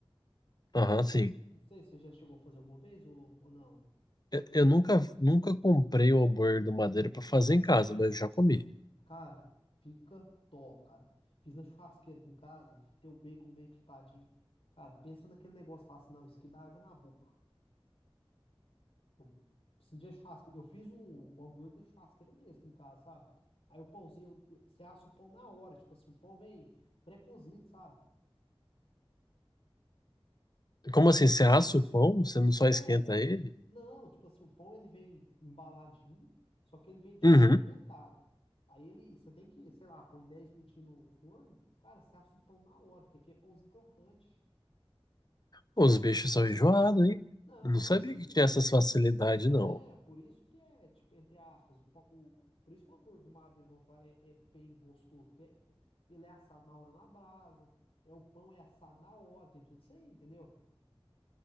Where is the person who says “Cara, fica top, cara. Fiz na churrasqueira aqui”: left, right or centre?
Left